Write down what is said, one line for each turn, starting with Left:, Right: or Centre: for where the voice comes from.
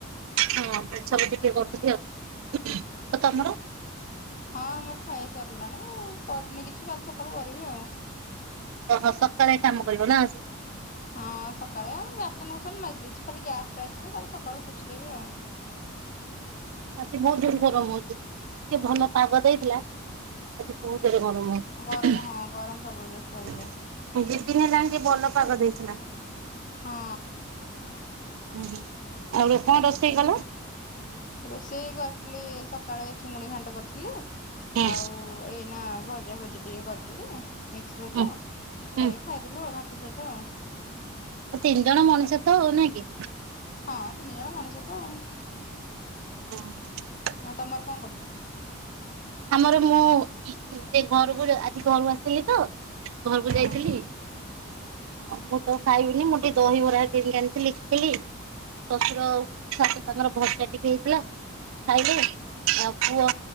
Right: ହଁ ପୋଛାପୋଛି ଟିକେ କରୁଥିଲି ଆଉ ଆଉ ତମର
Left: ହଁ ମୋର ଖାଇବା ସରିଲାଣି କରିନି କିଛି କାଲି ସକାଳୁ କରିବି ଆଉ
Right: ଓହୋ ସକାଳେ କାମ କରିବ ନା ଆସୁ
Left: ହଁ ସକାଳେ ବାସନ କୁସନ ମାରିଦେଇଛି ଖାଲି ଗ୍ୟାସ୍ ଟା ଅଛି ଯେ କାଲି ସକାଳୁ ପୋଛିଦେବି ଆଉ
Right: ଆଜି ବହୁତ ଜୋରରେ ଗରମ ହଉଛି ଟିକେ ଭଲ ପାଗ ଦେଇଥିଲା। ଆଜି ବହୁତ୍ ଜୋରରେ ଗରମ ହଉଛି।
Left: ଗରମ ହଁ ଗରମ ପ୍ରବଳ ଜୋରସେ ହଉଛି
Right: ଏ ଦି ଦିନ ହେଲାଣି ଟିକେ ଭଲ ପାଗ ଦେଇଥିଲା।
Left: ହଁ।
Right: ଉଁ ହୁଁ ଆଉ କଣ
Left: ଆଜି
Right: ରୋଷେଇ କଲ?
Left: ରୋଷେଇ କରିଥିଲି ସକାଳେ ଚିଙ୍ଗୁଡ଼ି ଘାଣ୍ଟ କରିଥିଲି।
Right: ହୁଁ
Left: ଆଉ ଏଇନା ଭଜା ଭଜି ଟିକେ କରିଥିଲି ମିକ୍ସ ଭଜା
Right: ହୁଁ
Left: କରିକ୍
Right: ହୁଁ
Left: ଖାଇଦେନୁ ଆଉ ଭାତ ସହିତ
Right: ତିନି ଜଣ ମଣିଷ ତ ଆଉ ନା କି?
Left: ହଁ ତିନି ଜଣ ମଣିଷ ତ ଆଉ
Right: ହଁ।
Left: ହଁ ତମର କଣ କରୁଥିଲ।
Right: ଆମର ମୁଁ ସେ ଘରକୁ ଯା ଆଜି ଘରୁ ଆସିଥିଲି ତ ଘରକୁ
Left: ହଁ।
Right: ଯାଇଥିଲି। ଅ ମୁଁ ତ ଖାଇବିନି ମୁଁ ଟିକେ ଦହିବରା କିଣିକି ଆଣିଥିଲି ଇଟିଲି। ଶଶୁର ଶାଶୁ ତାଙ୍କର ଭର୍ତ୍ତା ଟିକେ ହେଇଥିଲା ଖାଇଲେ ଆଉ ପୁଅ